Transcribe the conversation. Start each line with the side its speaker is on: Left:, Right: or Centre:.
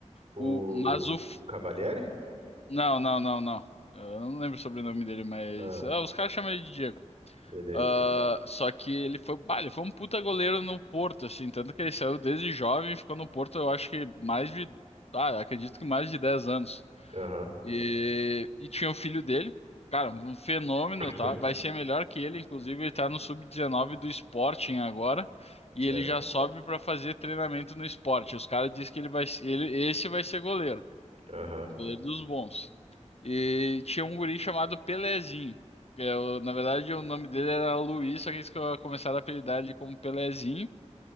Right: O
Left: O, mas o. F-
Right: Cavalieri?
Left: Não, não, não, não. Eu não lembro o sobrenome dele, mas.
Right: Ah,
Left: ah, os caras chamam ele de Diego.
Right: beleza.
Left: Ah, só que ele foi, bah, ele foi um puta goleiro no Porto, assim, tanto que ele saiu desde jovem, e ficou no Porto, eu acho que mais de, ah, acredito que mais de 10 anos.
Right: Aham,
Left: E, e tinha o filho dele, cara, um fenômeno,
Right: <laughs>
Left: tá? Vai ser melhor que ele, inclusive ele tá no sub-19 do Sporting agora, e
Right: certo.
Left: ele já sobe pra fazer treinamento no Sporting. Os caras dizem que ele vai, ele, esse vai ser goleiro.
Right: Aham.
Left: Goleiro dos bons. E tinha um guri chamado Pelezinho. que é o- na verdade, o nome dele era Luiz, só que eles co- começaram a apelidar ele como Pelezinho.